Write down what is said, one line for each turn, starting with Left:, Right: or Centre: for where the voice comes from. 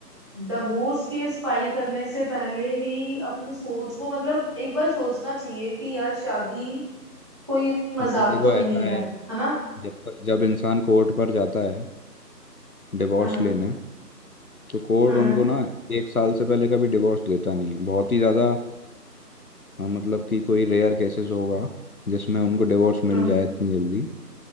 Right: डिवोर्स केस फाइल करने से पहले ही अपनी सोच को मतलब एक बार सोचना चाहिए कि यार शादी कोई मजाक
Left: नहीं देखो
Right: तो नहीं
Left: ऐसा है
Right: है है ना
Left: जब तक जब इंसान कोर्ट पर जाता है डिवोर्स
Right: हाँ
Left: लेने तो कोर्ट
Right: हाँ
Left: उनको
Right: हाँ
Left: ना एक साल से पहले कभी डिवोर्स देता नहीं है बहुत ही ज़्यादा अ, मतलब कि कोई रेयर केसेस होगा जिसमें उनको डिवोर्स
Right: हाँ
Left: मिल जाए इतनी जल्दी